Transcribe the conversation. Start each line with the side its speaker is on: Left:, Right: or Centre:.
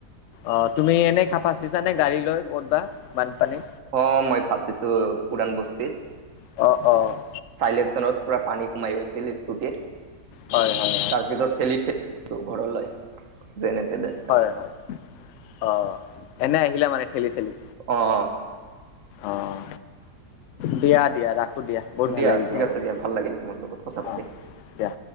Left: অ' তুমি এনেই খা ফাচিছা নে গাড়ী লৈ ক'তবা বানপানী।
Right: অ মই ফাচিছো পুৰাণ বস্তিত।
Left: অ' অ'
Right: চাইলেনচাৰত পুৰা পানী সোমাই গৈছিল স্কুটিত,
Left: হয় হয়
Right: তাৰ পিছত ঠেলি ঘৰলৈ যেনে তেনে।
Left: হয়
Right: আৰু
Left: হয়, অ' এনে আহিলে মানে ঠেলি ঠেলি।
Right: অ' অ'
Left: অঁ দিয়া দিয়া ৰাখোঁ দিয়া। বহুত ভাল
Right: দিয়া
Left: লাগিল
Right: ঠিক
Left: তোমাৰ
Right: আছে
Left: লগত
Right: দিয়া, ভাল লাগিল তোমাৰ লগত কথা পাতি।
Left: অ', দিয়া,